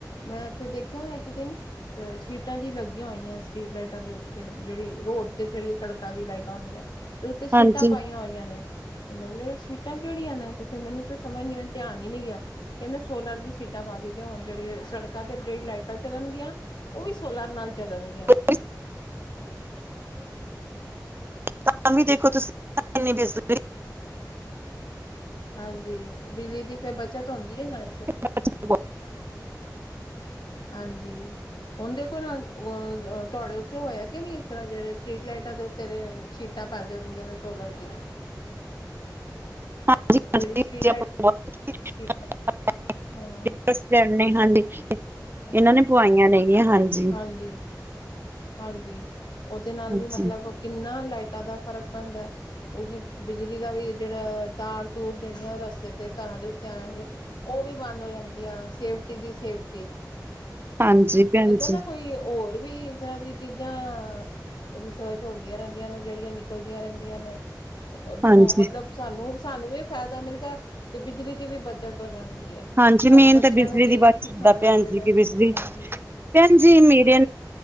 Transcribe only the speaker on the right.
ਹਾਂਜੀ
<unintelligible> ਤਾਂ ਵੀ ਦੇਖੋ ਤੁਸੀਂ <unintelligible>
<unintelligible>
ਹਾਂਜੀ
ਹਾਂਜੀ
<unintelligible>
<unintelligible> ਹਾਂਜੀ ਇਹਨਾਂ
ਨੇ ਪੁਆਈਆਂ ਨੇ ਗੀਆਂ ਹਾਂਜੀ
ਹਾਂਜੀ
ਹਾਂਜੀ ਭੈਣ
ਜੀ
ਹਾਂਜੀ
ਹਾਂਜੀ
ਮੇਨ
ਤਾਂ ਬਿਜਲੀ
ਦੀ
ਬੱਚਤ
ਕਰਦੇ ਹਨ
ਕਿ ਬਿਜਲੀ
ਹਾਂਜੀ ਮੇਰੇ